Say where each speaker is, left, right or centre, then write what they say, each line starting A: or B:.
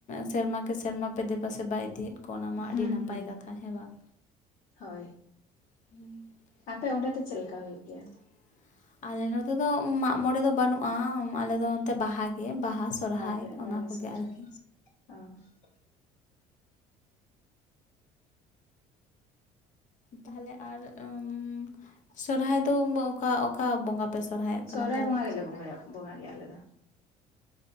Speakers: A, on the left (about 55°); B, on the left (about 70°).
A: ᱥᱮᱨᱢᱟ ᱠᱮ ᱥᱮᱨᱢᱟ ᱯᱮ ᱫᱮᱵᱟ ᱥᱮᱵᱟ ᱤᱫᱤᱭᱮᱫ ᱠᱚ ᱚᱱᱟ ᱢᱟ
B: ᱦᱩᱸ
A: ᱟᱹᱰᱤ ᱱᱟᱯᱟᱭ
B: ᱦᱩᱸ
A: ᱠᱟᱛᱷᱟ ᱦᱮᱸ ᱵᱟᱝ
B: ᱦᱳᱭ᱾
A: <inaudible>
B: ᱟᱯᱮ ᱚᱸᱰᱮ ᱫᱚ ᱪᱮᱫ ᱞᱮᱠᱟ ᱦᱩᱭᱩᱜ ᱜᱮᱭᱟ
A: ᱟᱞᱮ ᱱᱚᱛᱮ ᱫᱚ ᱢᱟᱜ-ᱢᱚᱬᱮᱸ ᱫᱚ ᱵᱟᱹᱱᱩᱜᱼᱟ ᱟᱞᱮ ᱫᱚ ᱱᱚᱛᱮ ᱵᱟᱦᱟ ᱜᱮ ᱵᱟᱦᱟ ᱥᱚᱨᱦᱟᱭ
B: ᱜᱮ
A: ᱚᱱᱟ
B: ᱵᱟᱦᱟ
A: ᱠᱚᱜᱮ
B: ᱥᱚᱦᱨᱟᱭ
A: ᱟᱨᱠᱤ᱾
B: ᱚ᱾
A: ᱛᱟᱦᱞᱮ ᱟᱨ ᱚᱢ ᱥᱚᱨᱦᱟᱭ ᱫᱚ ᱚᱠᱟ ᱚᱠᱟ ᱵᱚᱸᱜᱟ ᱯᱮ ᱥᱚᱨᱦᱟᱭᱚᱜ ᱠᱟᱱᱟ
B: ᱥᱚᱦᱨᱟᱭ
A: ᱛᱟᱦᱚᱞᱮ?
B: ᱵᱚᱸᱜᱟ ᱜᱮᱞᱮ
A: ᱥᱚᱦᱨᱟᱭ
B: ᱵᱚᱸᱜᱟᱭᱟ ᱵᱚᱸᱜᱟᱜ ᱜᱮᱭᱟ ᱟᱞᱮ ᱫᱚ।